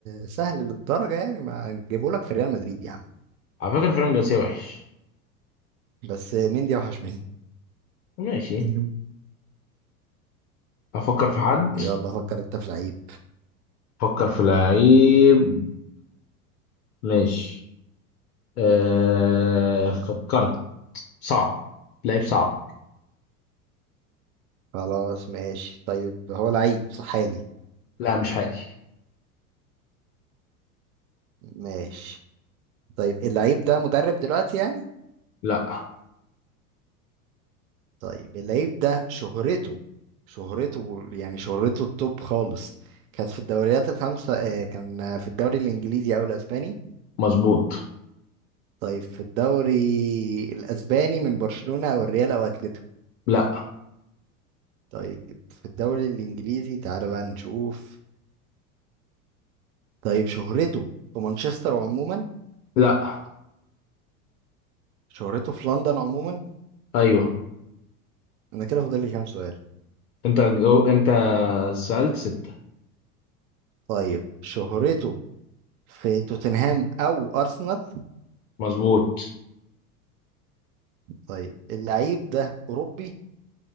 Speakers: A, on the right (about 65°); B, on the left (about 80°).
A: سهل للدرجة يعني ما هنجيبه لك في ريال مدريد يا عم
B: على فكرة فيران جارسيا وحش
A: بس مندي أوحش منه
B: ماشي
A: <laughs>
B: افكر في حد
A: يلا فكر أنت في لعيب
B: افكر في لعيب ماشي آه
A: فكر.
B: فكرت صعب لعيب صعب
A: خلاص ماشي طيب هو لعيب صح حالي
B: لا مش حالي
A: ماشي طيب اللعيب ده مدرب دلوقتي يعني
B: لا
A: طيب اللعيب ده شهرته شهرته يعني شهرته التوب خالص كانت في الدوريات الخمسة آه، كان في الدوري الإنجليزي أو الأسباني
B: مظبوط
A: طيب في الدوري الأسباني من برشلونة أو الريال أو أتلتيكو
B: لا
A: طيب في الدوري الإنجليزي تعالى بقى نشوف طيب شهرته في مانشستر عموما
B: لا
A: شهرته في لندن عموما
B: ايوه
A: أنا كده فاضل لي كام سؤال
B: انت جو... انت سألت ستة
A: طيب شهرته في توتنهام أو أرسنال
B: مظبوط
A: طيب اللعيب ده أوروبي